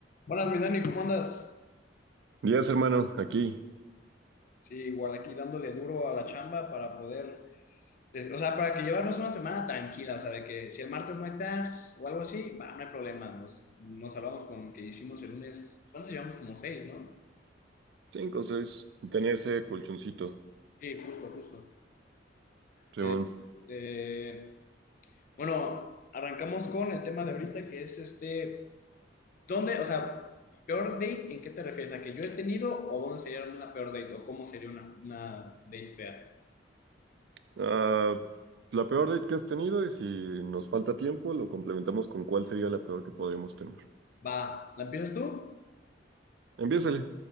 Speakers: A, on the left (about 45°); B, on the right (about 60°).
A: Buenas, mi Dani, ¿cómo andas?
B: Días, hermano, aquí.
A: Sí, igual aquí dándole duro a la chamba para poder, des- o sea, para que llevarnos una semana tranquila, o sea, de que si el martes no hay tasks o algo así, va, no hay problema, nos, nos salvamos con que hicimos el lunes, ¿cuántos llevamos? Como seis, ¿no?
B: Cinco, seis. Tenía ese colchoncito,
A: Sí, justo, justo.
B: Simón.
A: Este, bueno, arrancamos con el tema de ahorita que es este, ¿dónde, o sea, peor date, ¿en qué te refieres? ¿A que yo he tenido o dónde sería una peor date o cómo sería una, una date fea?
B: Ah, la peor date que has tenido y si nos falta tiempo, lo complementamos con cuál sería la peor que podríamos tener.
A: Va, ¿la empiezas tú?
B: Empiézale.